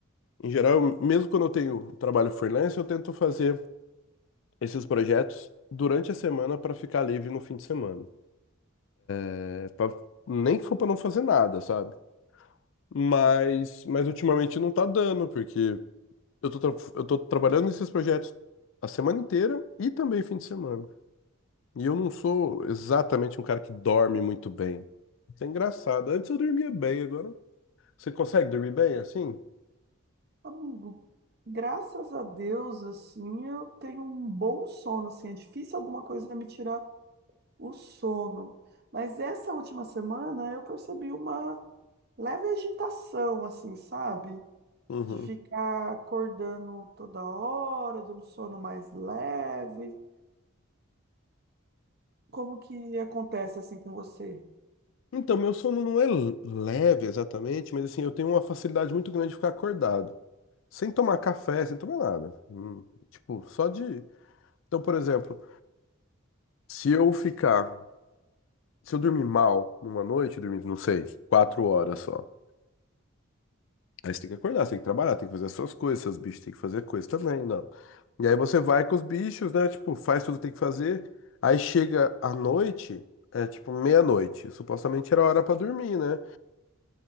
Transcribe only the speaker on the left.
Em geral, eu- mesmo quando eu tenho trabalho freelance, eu tento fazer esses projetos durante a semana para ficar livre no fim de semana. É, pra- nem que for para não fazer nada, sabe? Mas, mas ultimamente não tá dando, porque eu tô, tra- eu tô trabalhando nesses projetos a semana inteira e também fim de semana. E eu não sou exatamente um cara que dorme muito bem. Isso é engraçado. Antes eu dormia bem, agora. Você consegue dormir bem assim?
Uhum.
Então, meu sono não é l- leve exatamente, mas assim, eu tenho uma facilidade muito grande de ficar acordado. Sem tomar café, sem tomar nada. Hum, Tipo, só de. Então, por exemplo, se eu ficar. Se eu dormir mal numa noite, eu dormir, não sei, quatro horas só. Aí você tem que acordar, você tem que trabalhar, tem que fazer as suas coisas, seus bichos têm que fazer coisa também, não. E aí você vai com os bichos, né? Tipo, faz tudo que tem que fazer. Aí chega à noite, é tipo meia-noite. Supostamente era hora pra dormir, né?